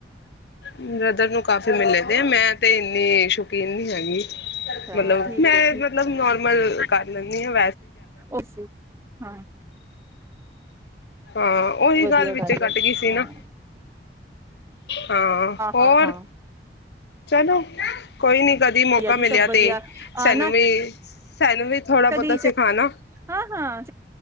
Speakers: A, on the left; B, on the right.
A: ਬ੍ਰਦਰ ਨੂੰ ਕਾਫ਼ੀ ਮਿਲੇ ਦੇ, ਮੈਂ ਤੇ ਇੰਨੀ ਸ਼ੌਕੀਨ ਨੀ ਹੈਗੀ।
B: ਅੱਛਾ
A: ਮਤਲਬ,
B: ਠੀਕ
A: ਮੈਂ
B: ਹੈ
A: ਮਤਲਬ ਨੋਰਮਲ ਕਰ ਲੈਂਨੀ ਆ <unintelligible>
B: ਓਸੀ ਹਾਂ
A: ਹਾਂ, ਉਹੀ
B: ਵਧੀਆ
A: ਗੱਲ ਵਿੱਚੇ ਕੱਟ
B: ਹੈ
A: ਗਈ ਸੀ
B: ਹਾਂ
A: ਨਾ। ਹਾਂ, ਹੋਰ
B: ਹਾਂ ਹਾਂ
A: ਚਲੋ, ਕੋਈ ਨੀ। ਕਦੀ ਮੌਕਾ
B: ਵਧੀਆ ਜੀ
A: ਮਿਲਿਆ
B: ਸਭ ਵਧੀਆ
A: ਤੇ
B: ਆ
A: ਸਾਨੂੰ
B: ਨਾ
A: ਵੀ। <inaudible> ਸਾਨੂ ਵੀ ਥੋੜਾ ਬਹੁਤਾ
B: ਕਦੀ
A: ਸਿਖਾਣਾ।
B: ਹਾਂ ਹਾਂ